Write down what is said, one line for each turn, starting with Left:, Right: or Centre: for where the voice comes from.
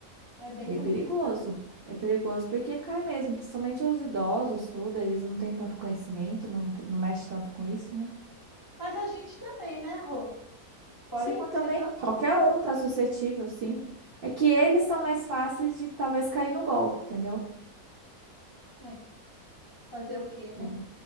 Left: É bem
Right: E
Left: complicado.
Right: é perigoso. É perigoso porque cai mesmo, principalmente os idosos, tudo, eles não têm tanto conhecimento, não, não mexe tanto com isso, né?
Left: Mas a gente também, né, Rô? Pode
Right: Sim,
Left: acontecer
Right: também.
Left: tanto.
Right: Qualquer um tá suscetível, sim. É que eles são mais fáceis de talvez cair no golpe, entendeu?
Left: né? Fazer o quê, né?
Right: Talvez.